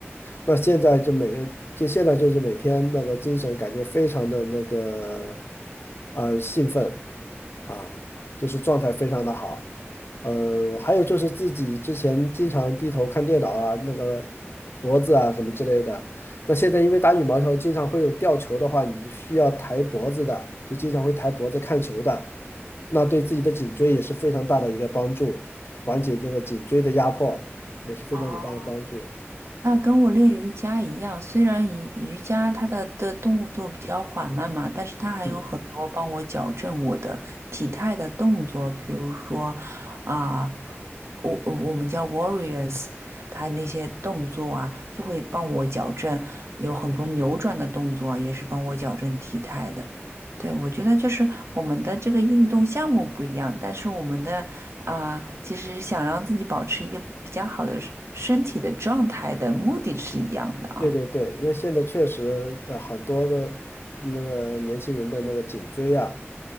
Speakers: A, on the left; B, on the right.
A: 那现在就每个就现在就是每天那个精神感觉非常的那个呃兴奋啊，就是状态非常的好。呃，还有就是自己之前经常低头看电脑啊，那个脖子啊什么之类的。那现在因为打羽毛球经常会有吊球的话，你需要抬脖子的，就经常会抬脖子看球的。那对自己的颈椎也是非常大的一个帮助，缓解那个颈椎的压迫也是非常有大的帮助。
B: 哦。那跟我练瑜伽一样，虽然瑜瑜伽它的的动作比较缓慢嘛，但是它还有很多帮我矫正我的体态的动作，
A: 嗯，
B: 比如说啊、我我我们叫 warriors，它那些动作啊，就会帮我矫正，有很多扭转的动作也是帮我矫正体态的。对，我觉得就是我们的这个运动项目不一样，但是我们的啊，其实想让自己保持一个比较好的身身体的状态的目的是一样的啊。
A: 对对对，因为现在确实呃很多的那个年轻人的那个颈椎啊